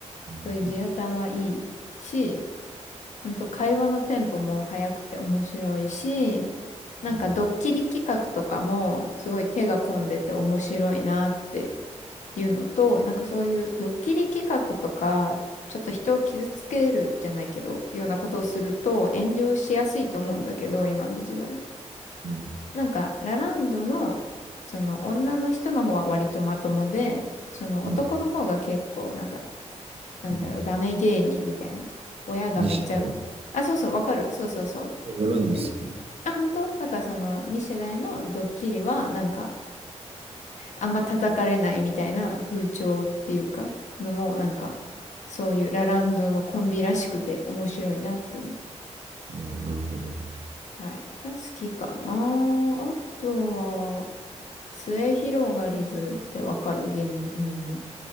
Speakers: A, on the right; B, on the left.
A: う
B: そういう地頭いいし、本当会話のテンポも早くて面白いし、なんかドッキリ企画とかもすごい手が込んでて面白いなって。
A: ん、
B: いうのと、なんかそういうドッキリ企画とか、ちょっと人を傷つけるじゃないけど、ようなことをすると炎上しやすいと思うんだけど、今の時代。
A: うん、
B: なんか、ラランドの、その女の人の方は割とまともで、その男の方が結構、
A: うん、
B: なんか、なんだろう、
A: うん
B: ダメ芸人みたいな。親がめっちゃ、
A: 西野ね。
B: あ、そうそう、わかる。そうそうそ
A: エガランド好き。
B: う。で、あ、本当だからその2世代のドッキリは、なんか、あんま叩かれないみたいな風潮っていうか、のも、なんか、そういうラランドのコンビらしくて面白いなって思う。
A: うん、なるほど。
B: はい。が好きかな。あとは、末広がりずってわかる芸人の。